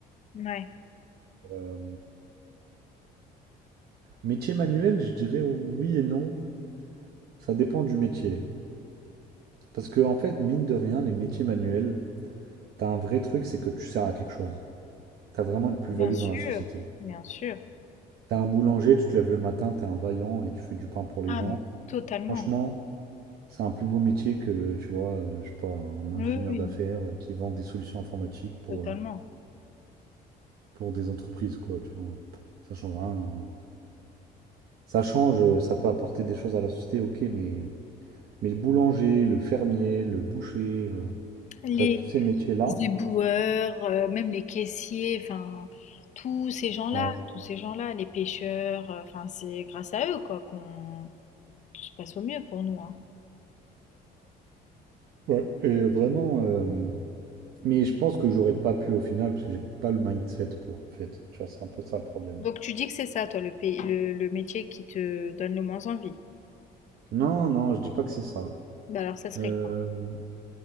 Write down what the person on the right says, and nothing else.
Euh, Métier manuel, je dirais oui et non. Ça dépend du métier. Parce que, en fait, mine de rien, les métiers manuels, t'as un vrai truc, c'est que tu sers à quelque chose. T'as vraiment une plus-value
dans la société.
T'as un boulanger, tu te lèves le matin, t'es un vaillant et tu fais du pain pour les
gens.
Franchement, C'est un plus beau métier que, tu vois, heu, je sais pas, un ingénieur
d'affaires, heu, qui vend des solutions informatiques pour,
heu, pour des entreprises, quoi, tu vois? Ça change rien. hein. Ça change, heu, ça peut apporter des choses à la société, OK, mais mais le boulanger, le fermier, le boucher, heu,
tu vois, tous ces métiers-là
ouais,
ouais et vraiment, hem, mais je pense que j'aurais pas pu au final parce que j'ai pas le mindset pour, en fait. Tu vois, c'est un peu ça le problème.
Non, non, je dis pas que c'est ça.
Hem,